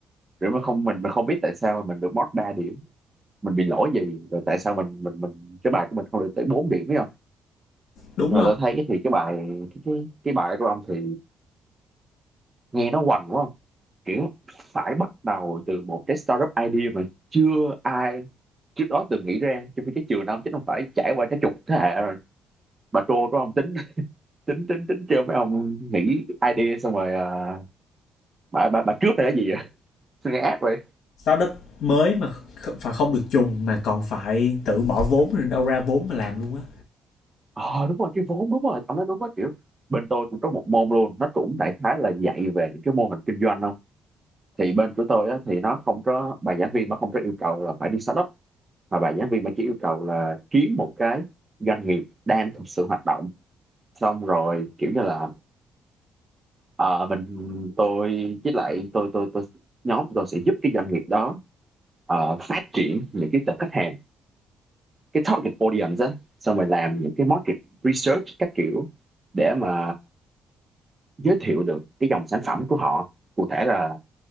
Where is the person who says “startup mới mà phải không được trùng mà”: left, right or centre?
Left